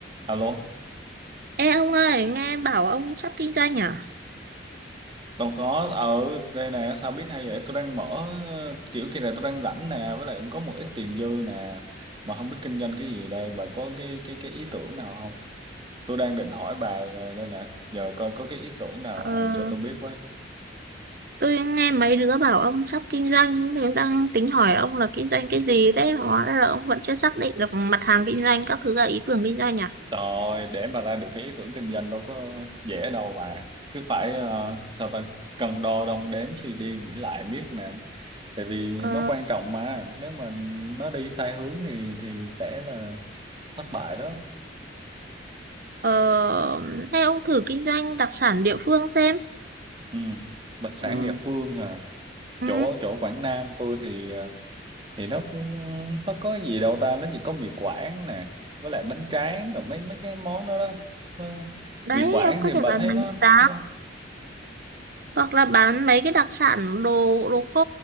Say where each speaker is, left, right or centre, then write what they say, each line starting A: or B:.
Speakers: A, on the right; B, on the right.
A: Alo,
B: Ê ông ơi, nghe bảo ông sắp kinh doanh à?
A: còn có ở đây nè, sao biết hay vậy? Tôi đang mở ờ, kiểu kia này, tôi đang rảnh nè, với lại cũng có một ít tiền dư nè, mà không biết kinh doanh cái gì đây, bà có cái cái cái ý tưởng nào không? Tôi đang định hỏi bà ờ, đây nè, giờ coi có cái ý tưởng nào
B: Ờ,
A: ờ, cho tôi biết với.
B: tôi nghe mấy đứa bảo ông sắp kinh doanh, thì đang tính hỏi ông là kinh doanh cái gì đấy, hóa ra là ông vẫn chưa xác định được mặt hàng kinh doanh, các thứ là ý tưởng kinh doanh à?
A: Rồi, để bà ra được cái ý tưởng kinh doanh đâu có dễ đâu bà, cứ phải ờ, sao ta cân đo đong đếm suy đi nghĩ lại biết nè, tại vì
B: Ờ,
A: nó quan trọng mà, nếu mà nó đi sai hướng thì thì sẽ là thất bại đó.
B: ờ, hay ông thử kinh doanh đặc sản địa phương xem.
A: Ừ. Đặc sản
B: Ừ,
A: địa phương à
B: ừ,
A: chỗ chỗ Quảng Nam tôi thì à, thì nó cũng- nó có gì đâu ta nó chỉ có mì Quảng nè với lại bánh tráng rồi mấy mấy cái món đó đó Ờ,
B: đấy,
A: mì Quảng
B: ông có
A: thì bà
B: thể bán
A: thấy
B: bánh
A: nó
B: giá,
A: nó
B: hoặc là bán mấy cái đặc sản đồ đồ khô